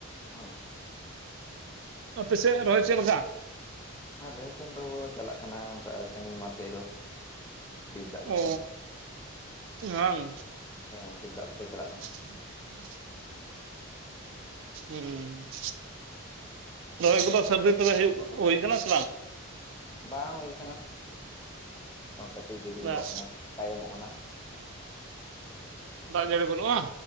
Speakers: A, on the left (about 15°); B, on the right (about 60°).
A: ᱚ
B: ᱟᱯᱮ ᱥᱮᱫ ᱨᱚᱦᱚᱭ ᱪᱮᱫ ᱞᱮᱠᱟ?
A: ᱟᱞᱮᱥᱮᱫ ᱫᱚ ᱪᱟᱞᱟᱜ ᱠᱟᱱᱟ ᱚᱱᱠᱟ ᱥᱟᱺᱜᱤᱧ ᱢᱟᱴᱷ ᱥᱮᱫ ᱫᱚ ᱫᱟᱜ ᱠᱚᱛᱮ
B: ᱚ ᱵᱟᱝ
A: ᱦᱮᱸ ᱫᱟᱜ ᱠᱚᱛᱮ ᱪᱟᱞᱟᱜ ᱠᱟᱱᱟ
B: <unintelligible> ᱦᱮᱸ ᱨᱚᱦᱚᱭ ᱠᱚᱫᱚ ᱥᱟᱹᱛ ᱛᱚᱵᱮ ᱦᱩᱭᱩᱜ ᱦᱩᱭ ᱠᱟᱱᱟ ᱥᱮ ᱵᱟᱝ?
A: ᱵᱟᱝ ᱦᱩᱭ ᱟᱠᱟᱱᱟ ᱠᱟᱹᱴᱤᱡ ᱫᱤᱨᱤᱧᱚᱜᱚᱜ
B: ᱫᱟᱜ
A: ᱠᱟᱱᱟ ᱛᱟᱭᱚᱢᱚᱜ ᱠᱟᱱᱟ ᱾
B: ᱫᱟᱜ ᱡᱟᱹᱲᱤ ᱵᱟᱹᱱᱩᱜᱼᱟ?